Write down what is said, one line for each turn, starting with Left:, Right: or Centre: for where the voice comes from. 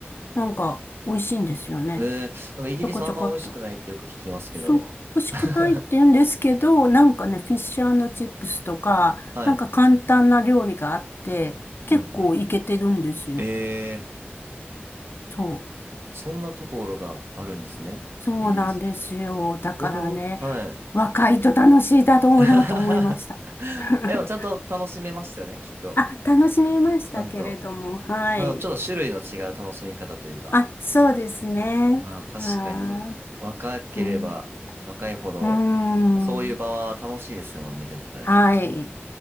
Left: なんか美味しいんですよね。
Right: えー、なんかイギリスあんま美味しくないってよく聞きますけど。
Left: ちょこちょこっと。そう、欲しくないって言うんですけど、
Right: <laughs>
Left: なんかね、フィッシュチップスとか、
Right: はい。
Left: なんか簡単な料理があって、結構いけてるんですよ。
Right: うんうんうん。えー、
Left: そう。
Right: そんなところがあるんですね。
Left: そうなんですよ。
Right: イギリスには。
Left: だからね、
Right: 僕も、はい。
Left: 若いと楽しいだろうなと思いました。
Right: <laughs>
Left: <laughs>
Right: でもちゃんと楽しめましたよね、きっと。
Left: あ、楽しみましたけれども、
Right: ちゃんと。
Left: はい。
Right: まあの、ちょっと種類の違う楽しみ方というか。
Left: あ、そうですね。
Right: まあ確かに、
Left: は
Right: 若ければ若いほど、
Left: ーい。うん。うーん
Right: そういう場は楽しいですもんね、絶対。
Left: はい。